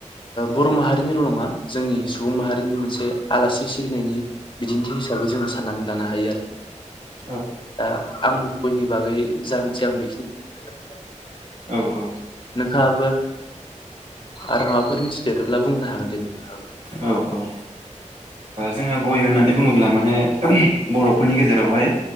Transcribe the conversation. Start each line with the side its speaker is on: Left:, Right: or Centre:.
Left: बर' माहारिनिल' नङा जोंनि सुबुं माहारिनि मोनसे आलासि सिबिनायनि बिदिन्थि। हिसाबै जोङो साननानै लानो हायो आरो।
Right: <inaudible>
Left: दा आं गयनि बागै जा मिथियामोन नोंथांआ बेखिनि बुंबाय।
Right: औ औ।
Left: नोंथाङाबो आरो माबाफोर मिथिदेरोब्ला बुंनो हागोन दे नोंथाङाबो।
Right: औ औ। जोंहा गय होननानै बुङोब्ला माने बर'फोरनि गेजेरावहाय